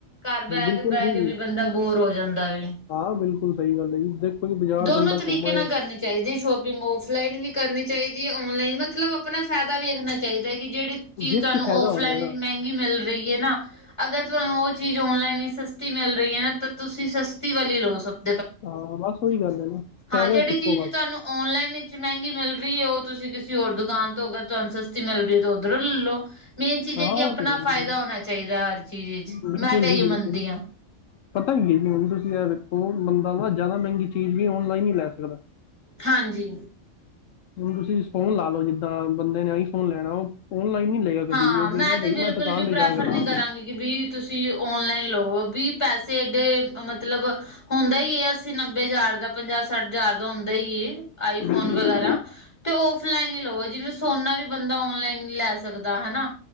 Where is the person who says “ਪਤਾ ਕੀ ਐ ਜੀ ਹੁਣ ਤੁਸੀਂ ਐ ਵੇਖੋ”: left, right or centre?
Left